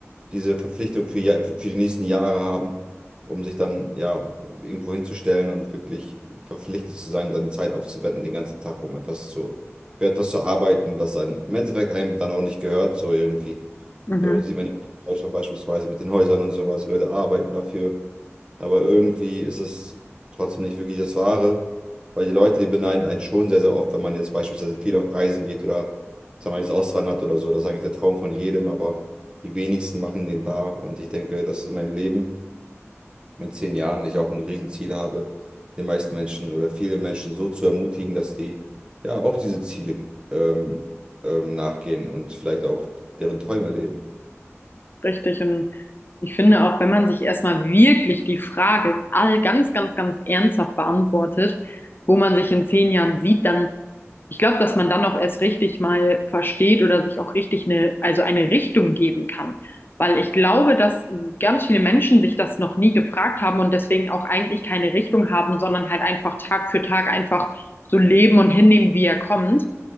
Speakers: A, on the right; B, on the left.
A: diese Verpflichtung für, ja- für die nächsten Jahre haben, um sich dann ja irgendwo hinzustellen und wirklich verpflichtet zu sein, seine Zeit aufzuwenden, den ganzen Tag, um etwas zu, für etwas zu arbeiten, was dann im Endeffekt einem dann auch nicht gehört, so irgendwie.
B: Mhm.
A: So sieht man in Deutschland beispielsweise mit den Häusern und sowas. Die Leute arbeiten dafür aber irgendwie ist es trotzdem nicht wirklich das Wahre, weil die Leute, die beneiden einen schon sehr, sehr oft, wenn man jetzt beispielsweise viel auf Reisen geht oder sagen wir jetzt auswandert oder so. Das ist eigentlich der Traum von jedem, aber die wenigsten machen den wahr. Und ich denke, das ist mein Leben in zehn Jahren. Ich auch ein Riesenziel habe, den meisten Menschen oder viele Menschen so zu ermutigen, dass die ja auch diese Ziele ähm, ähm, nachgehen und vielleicht auch deren Träume leben.
B: Richtig. Und ich finde auch, wenn man sich erstmal wirklich die Frage all ganz, ganz, ganz ernsthaft beantwortet, wo man sich in zehn Jahren sieht, dann, ich glaube, dass man dann auch erst richtig mal versteht oder sich auch richtig eine, also eine Richtung geben kann. Weil ich glaube, dass ganz viele Menschen sich das noch nie gefragt haben und deswegen auch eigentlich keine Richtung haben, sondern halt einfach Tag für Tag einfach so leben und hinnehmen, wie er kommt